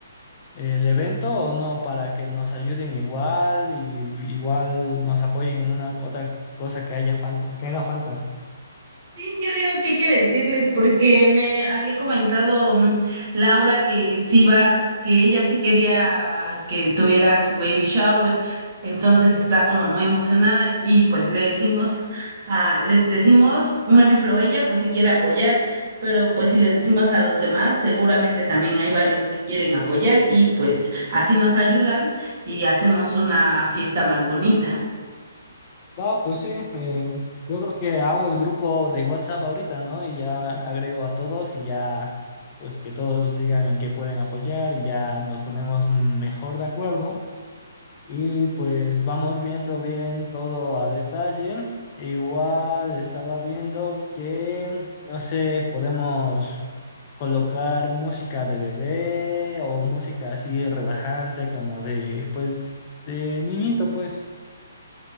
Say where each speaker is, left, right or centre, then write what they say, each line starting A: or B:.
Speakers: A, on the left; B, on the right.
A: el evento o no, para que nos ayuden igual y igual nos apoyen en una otra cosa que haya falta, que haga falta.
B: Sí, yo digo que hay que decirles, porque me había comentado mm, Laura que sí va, que ella sí quería que tuviera su baby shower, entonces está como muy emocionada y pues le decimos, a, les decimos, un ejemplo, ella pues sí quiere apoyar, pero pues si les decimos a los demás, seguramente también hay varios que quieren apoyar y pues así nos ayudan y hacemos una fiesta más bonita.
A: Va, pues sí, eh, yo creo que hago el grupo de WhatsApp ahorita, ¿no? Y ya agrego a todos y ya, pues que todos digan en qué pueden apoyar y ya nos ponemos mejor de acuerdo Y pues vamos viendo bien todo a detalle. Igual estaba viendo que, no sé, podemos colocar música de bebé o música así relajante como de, pues, de niñito, pues.